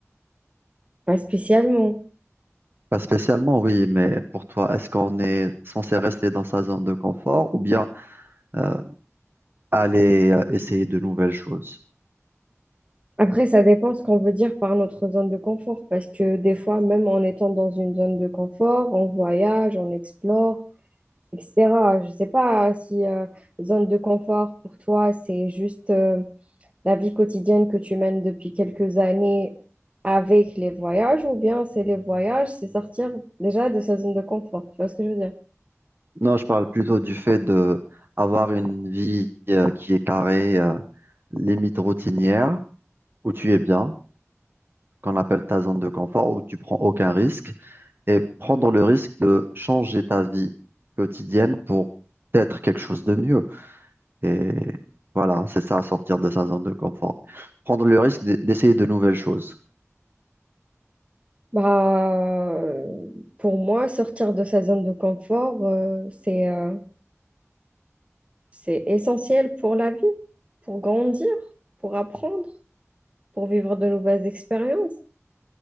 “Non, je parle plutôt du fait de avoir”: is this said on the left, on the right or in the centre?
Right